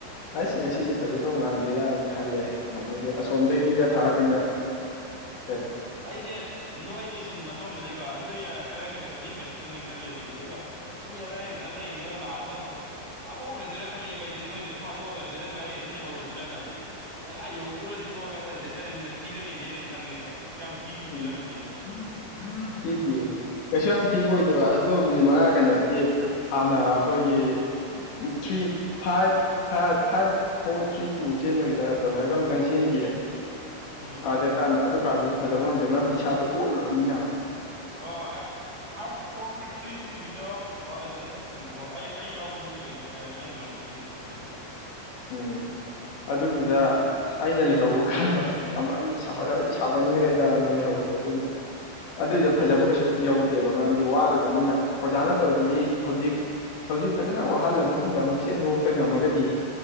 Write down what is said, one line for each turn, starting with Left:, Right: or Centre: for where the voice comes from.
Left: ꯑꯁ ꯉꯁꯤꯗꯤ ꯐꯖꯗꯧ ꯃꯥꯟꯗꯦꯗꯅ ꯈꯜꯂꯦ ꯑꯗ‌ꯣꯏꯗꯤ ꯑꯁꯣꯝꯗꯒꯤꯒ
Right: ꯑꯗꯣ
Left: ꯊꯥꯔꯛꯄꯅꯤꯅ ꯀꯔꯤ
Right: ꯑꯩꯖ‌ꯦ ꯅꯣꯏꯖ‌ꯦ ꯁꯨꯝ ꯅꯞꯄꯝꯕꯗꯩꯀꯣ ꯅꯣꯏ ꯈꯔ ꯍꯦꯟꯒꯠꯄꯗꯤ ꯍꯦꯟꯒꯠꯆꯖꯅꯤ ꯈꯜꯂꯦꯕ ꯑꯩꯖ‌ꯦ ꯑꯗꯨ ꯆꯨꯝ <unintelligible> ꯑꯩꯅ ꯈꯜꯂꯛꯏꯅꯤꯉ‌ꯣ ꯂꯥꯁꯇꯃꯨꯛ ꯊꯥꯗꯣꯛꯈ꯭ꯔꯖꯤꯔꯥ ꯈꯜꯂꯦꯕ ꯑꯩꯖꯤ ꯅꯣꯏꯁꯤ ꯑꯗꯨꯝ ꯊꯗꯣꯛꯑꯒ ꯆ‌ꯦꯜꯍꯟꯈ꯭ꯔ ꯑꯩ ꯑꯗꯨꯝ ꯂꯩꯍꯧꯔꯁꯤꯔꯅ ꯑꯗꯨꯗꯩꯗꯤ ꯑꯥ ꯌꯧꯗ‌ꯣꯔꯁꯤꯕꯣ ꯈꯜꯂ ꯆ‌ꯦꯟꯖꯤꯜꯂꯛꯃꯤꯅ ꯊꯤꯔꯅꯤꯗꯤ ꯑꯩ ꯑꯗꯨꯝ ꯈꯪꯉꯦ ꯑꯗꯨꯒ ꯌꯥꯝ ꯊꯤꯕꯨ
Left: <unintelligible>
Right: ꯊꯤꯔꯝꯗꯦꯕ
Left: ꯊꯤꯗꯤꯌ‌ꯦ ꯀꯩꯁꯨ ꯌꯥꯝ ꯊꯤꯕ ꯑꯣꯏꯗꯕ ꯑꯗꯨ ꯃꯤꯅꯤꯠ ꯃꯉꯥ ꯀꯩꯅꯣꯗꯤ ꯍꯥꯟꯅ ꯑꯩꯈꯣꯏꯒꯤ three five five five four three two ꯆꯦꯟꯕꯒꯤꯗ ꯗꯣꯂꯔꯒ ꯑꯃꯨꯛꯇꯪ ꯆꯦꯟꯈꯤꯌꯦ
Right: ꯎꯝ
Left: ꯑꯗꯨꯀꯥꯟꯗ ꯑꯗꯨ ꯀꯥꯟꯗꯁꯨ ꯐꯖꯕ ꯉꯝꯗꯦ ꯃꯔꯝꯗꯤ ꯏꯁꯥꯗꯣ ꯑꯣꯠꯂꯨꯔꯝꯅꯤꯅ
Right: ꯑꯣ ꯑꯩ <unintelligible> ꯑꯥꯏꯠ ꯐꯣꯔ ꯊ꯭ꯔꯤ ꯇꯨꯒꯤꯗꯣ ꯑꯣ ꯑꯗꯨꯗꯅ ꯇꯨ ꯑꯣ ꯑꯩ ꯑꯩ ꯌꯥꯎꯕꯗꯨꯗꯤ ꯀꯩꯅꯤ ꯑꯩꯅ ꯃꯔꯛꯇ ꯆꯤꯡꯕꯗꯤ ꯑꯃꯅꯦ
Left: ꯎꯝ ꯑꯗꯨꯒꯤꯗꯨꯗ ꯑꯩꯅ ꯂꯩꯍꯧꯕ ꯀꯥꯟꯗ‌ꯣ ꯑꯃ ꯑꯩ
Right: ꯎꯝ
Left: ꯁꯥꯎꯔ‌ꯥ ꯑꯩ ꯇꯥꯎꯃꯟꯈ꯭ꯔꯦꯗꯅ ꯂꯩꯍꯧꯕꯗ‌ꯣ ꯑꯗꯨꯒꯤꯗ‌ꯣ ꯑꯗꯨꯏꯗ‌ꯣ
Right: ꯎꯝ
Left: ꯐꯖꯕ ꯀꯩꯁꯨ ꯌꯧ ꯗꯦꯕ ꯃꯔꯝꯗꯤ ꯋꯥꯔꯨꯔꯝꯅꯤꯅ ꯑꯣꯖꯥꯅ ꯇꯧꯔꯤꯗꯨꯗꯤ
Right: ꯍꯣꯏꯅꯦ
Left: ꯍꯧꯖꯤꯛ ꯍꯧꯖꯤꯛ ꯐꯖꯅ ꯋꯥꯍꯜꯂ ꯃꯇꯨꯡꯗ ꯑꯃꯨꯛ ꯆꯦꯟꯕꯕꯨꯛꯇ ꯉꯝꯃꯒꯗꯤ